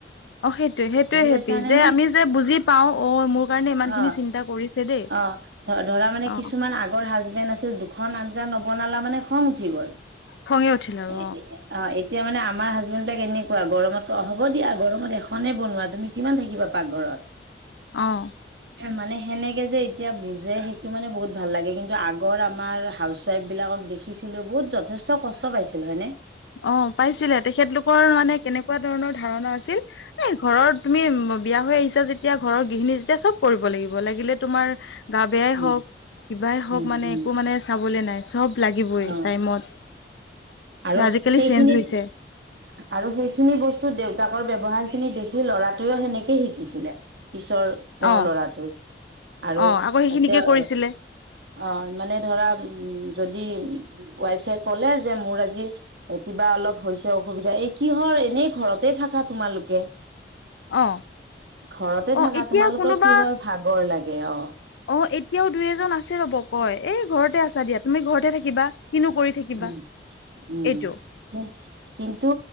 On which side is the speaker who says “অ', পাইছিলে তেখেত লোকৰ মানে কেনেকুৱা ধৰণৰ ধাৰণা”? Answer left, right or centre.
Left